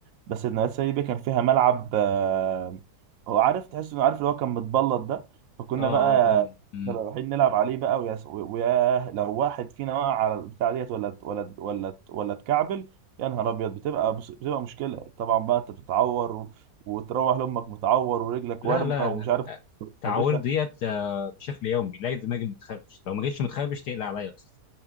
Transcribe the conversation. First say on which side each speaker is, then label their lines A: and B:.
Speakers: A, on the right (about 65°); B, on the left (about 70°).
A: بس المدرسه دي بقى كان فيها ملعب آه، هو عارف تحس انه عارف اللي هو كان متبلط ده فكنا
B: اه آه،
A: بقى
B: فاهم مم.
A: كنا رايحين نلعب عليه بقى ويا س- ويا لو واحد فينا وقع على البتاع ديت ولا ات- ولا ات- ولا ات- ولا اتكعبل يا نهار ابيض بتبقى بص- بتبقى مشكله طبعا بقى انت بتتعور و- وتروح لامك متعور ورجلك
B: لا
A: ورمه
B: لا
A: ومش
B: لا
A: عارف
B: آه، التعاوير
A: مخدشه
B: ديت آه بشكل يومي لا، لازم اجي متخربش لو ما جيتش متخربش تقلق عليا اصلا